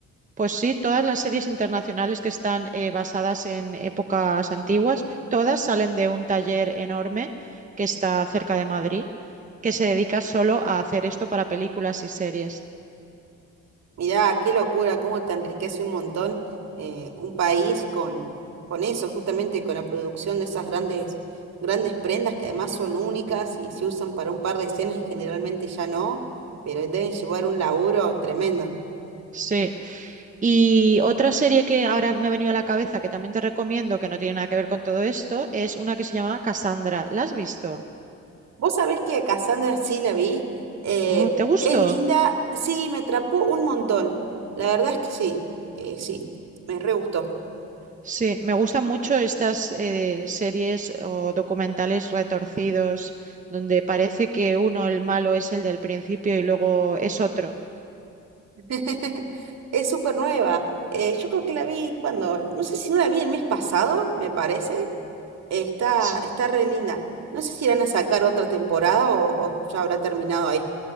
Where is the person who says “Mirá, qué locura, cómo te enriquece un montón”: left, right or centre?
Right